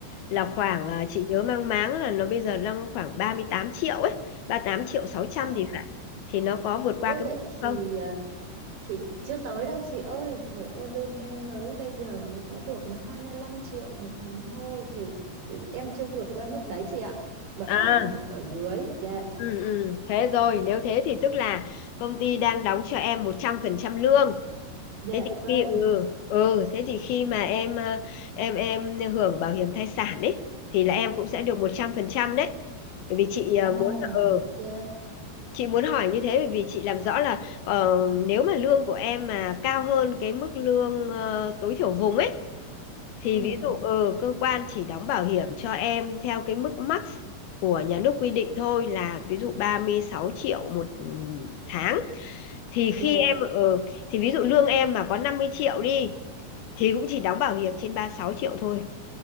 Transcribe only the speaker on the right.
ồ.
Ôi
vậy
thì
à, thì chưa tới đâu chị ơi, trời ơi lương em mới bây giờ mới có được mới 25 triệu một tháng thôi thì em chưa vượt qua mức đấy chị ạ. Vẫn
còn nằm ở dưới, dạ.
dạ
vâng
ồ
dạ
ừ
dạ